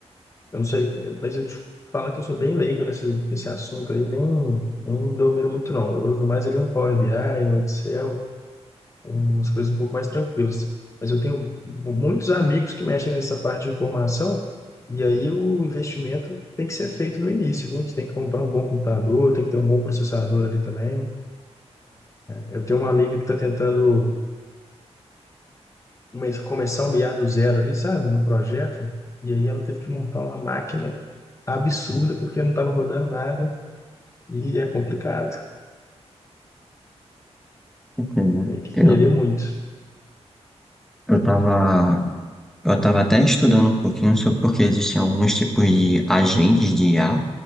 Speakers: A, on the left (about 25°); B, in the centre.
A: Eu não sei, mas eu te falo que eu sou bem leigo nesse, nesse assunto aí, nem, nem domino muito não. Eu uso mais ali um Power BI, um Excel, umas coisas um pouco mais tranquilas. Mas eu tenho muitos amigos que mexem nessa parte de informação, e aí o investimento tem que ser feito no início, viu? Você tem que comprar um bom computador, tem que ter um bom processador ali também. Eu tenho uma amiga que está tentando come- começar o IA do zero ali, sabe, no projeto. E aí ela teve que montar uma máquina absurda porque não estava rodando nada e é complicado.
B: Entendeu?
A: Tem que
B: Eu,
A: querer muito.
B: eu tava, eu tava até estudando um pouquinho sobre porque existem alguns tipos de agentes de IA